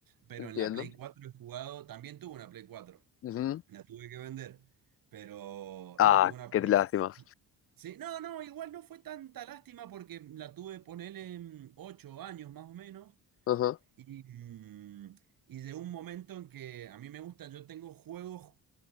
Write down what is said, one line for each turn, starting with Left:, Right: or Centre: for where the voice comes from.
Right: Pero
Left: Entiendo.
Right: en la Play 4 he jugado, también tuve una Play 4,
Left: Ujú.
Right: la tuve que vender. Pero
Left: Ah,
Right: no, tuve una
Left: qué
Right: Play.
Left: lástima.
Right: Sí, no, no, igual no fue tanta lástima porque la tuve, ponele, mm, ocho años más o menos.
Left: Ajá.
Right: Y, mm, y de un momento en que a mí me gusta, yo tengo juegos,